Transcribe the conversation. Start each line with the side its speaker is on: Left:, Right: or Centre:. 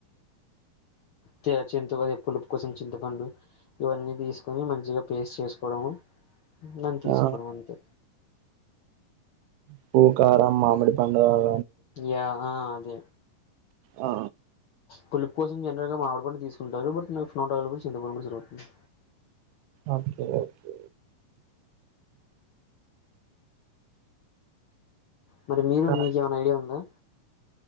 Left: తే అది చింత పదే పులుపు కోసం చింతపండు ఇవన్నీ తీసుకుని మంచిగా పేస్ట్ చేసు కొవడం దాన్ని తీసుకోవడం
Right: ఆ
Left: అంతే
Right: ప్పు కారం మామిడి పండు అ
Left: యా ఆ అదే
Right: ఆ
Left: పులిప్ కోసం జనరల్ గా మామీడి పండు తీసుకుంటారు బట్ నాకు ఫోట్ అవైలబుల్ చె కూడా జరుగుతుంది
Right: ఓకే ఓకే
Left: మరి మీరు
Right: ఇంకా
Left: మీకేమైనా ఐడియా ఉందా